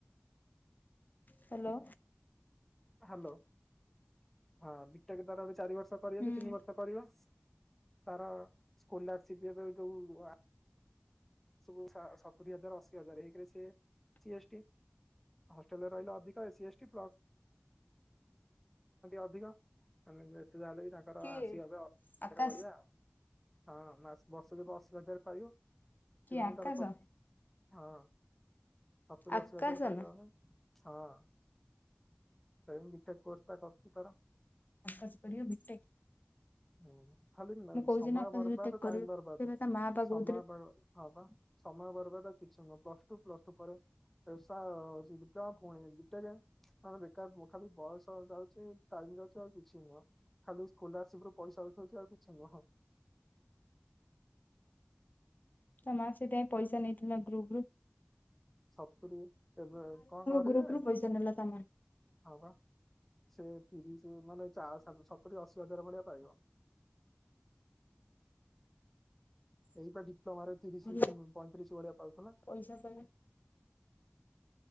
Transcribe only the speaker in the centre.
ହ୍ୟାଲୋ ହଁ ବିଟେକ ତ କଲେ ଚାରି ବ ର୍ଷ କରିବ
କି ତିନି ବର୍ଷ କରିବ। ତାର ସ୍କୋଲାରସିପ୍ ଏବେ ଯୋଉ ଆ ସୁ ସା ସତୁରି ହଜାର ଅଶି ହଜାରେ ହେଇକି ସିଏ ସି ଏ ଷ୍ଟି ହେଷ୍ଟେଲରେ ରହିଲେ ଅଧିକି ଏସି ଏସଟି ଅଧିକ। ତାହେଲେ ବି ତାଙ୍କର
ଆସିବ ସେ ଅଶିହଜାର
ଭଳିଆ ଆଉ। ହଁ ମା ବର୍ଷକେ ଅଶିହଜାରେ ପାଇବ। ସେଥିପାଇଁ
ତାର କ ହଁ। ସତୁରି
ଅଶିହଜାର ପାଇବା
ଆଗ। ହଁ ଏମ୍ ବିଟେକ କୋର୍ସଟ କରୁଚି ତାର।
ହୁଁ। ଖାଲି
ସମୟ
ବର୍ବାଦ
ଟାଇମ ବରବାଦ
ସମୟ
ପା ହଁ ସମୟ ବର୍ବାଦ ଆଉ କିଛି ନୁହେଁ ପ୍ଲସଟୁ ପରେ ଏସା ହୋଉଚି ଡିପ୍ଲୋମା ପୁଣି ବିଟେକ ହଁ ବେକାର ଖାଲି ବୟସ ଯାଉଚି ଆଉ କିଛି ନୁହଁ ଖାଲି ସ୍କୋଲାରସି୍ ରୁ ପଇସା ଉଠୋଉଚି ଆଉ କିଛି ନୁହଁ।
ସତରୁୁ ଏବେ କଣ କରିବେ
ହ କଣ ସେ ତିରିଶ ମାନେ ସତୁରି ଅଶୀ ହଜାର ଭଳିଆ ପାଇବ। ଏଇପଟି ତମର ତିରିଶ
ପଇଁତିରିଶ ଭଳିଆ ପାଉଥ ନା